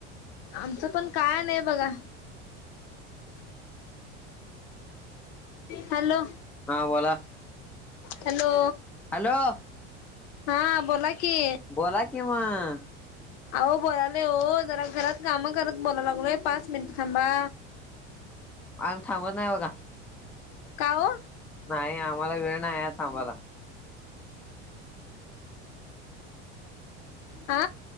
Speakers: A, on the left (about 70°); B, in the centre.
A: आमचं पण काय नाही बघा. हॅलो.
B: हा बोला.
A: हॅलो!
B: हॅलो.
A: हा बोला- की
B: बोला किं मग.
A: अहो बोलालोय हो जरा घरात कामं करत बोला लागलोय पाच मिनिटं थांबा
B: आम्ही थांबत नाही बघा
A: का ओ
B: नाही आम्हाला वेळ नाही थांबाला
A: आ